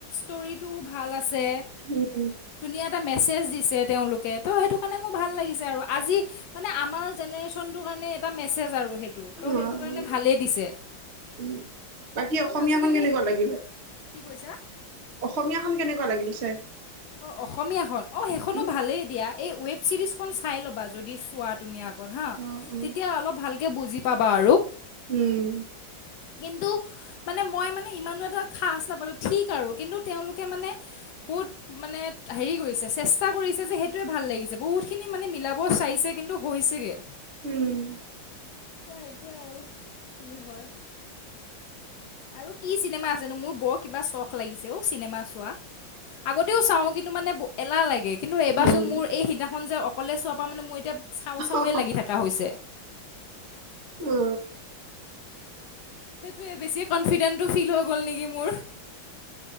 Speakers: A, on the left; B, on the right.
A: ষ্টৰী টো ভাল আছে।
B: উম, উম,
A: ধুনীয়া এটা মেছেজ দিছে তেওঁলোকে ত' সেইটো কাৰণে মোৰ ভাল লাগিছে আৰু আজি মানে আমাৰ জেনেৰেশ্যনটোৰ কাৰণে এটা মেছেজ আৰু সেইটো ত
B: অ,
A: সেইটো
B: হয়
A: কাৰণে
B: দে।
A: ভালেই দিছে
B: উম বাকী
A: কাৰণ
B: অসমীয়াখন
A: আজিকালি
B: কেনেকুৱা লাগিলে
A: কি কৈছা!
B: অসমীয়াখন কেনেকুৱা লাগিল চাই?
A: অঁ অসমীয়া খন অঁ সেইখনো
B: উম,
A: ভালেই এ দিয়া। এই ৱেব ছিৰিজখন চাই ল'বা যদি চোৱা তুমি আগত হা
B: অ', অ',
A: তেতিয়া অলপ ভালকৈ বুজি পাবা আৰু।
B: উম।
A: কিন্তু মানে মই মানে ইমানো এটা খাজ নাপালোঁ ঠিক আৰু কিন্তু তেওঁলোকে মানে বহুত। মানে হেৰি কৰিছে চেষ্টা কৰিছে যে সেইটোৱে ভাল লাগিছে বহুত খিনি মানে মিলাব চাইছে কিন্তু। আছেগে।
B: উম।
A: ত সেইটোৱে আৰু কি হয়। আৰু কি চিনেমা আছেনো? মোৰ বৰ কিবা চখ লাগিছে অ' চিনেমা চোৱা। আগতেও চাওঁ কিন্তু মানে এলাহ লাগে। কিন্তু এইবাৰচোন
B: উম,
A: মোৰ এই সিদিনাখন যে অকলে চোৱাৰ পৰা মানে মোৰ এতিয়া চাওঁ চাওঁৱেই
B: অ',
A: লাগি থকা হৈছে।
B: অ।
A: সেইটোৱে বেছি কনফিডেণ্টটো ফিল হৈ গ'ল নেকি মোৰ।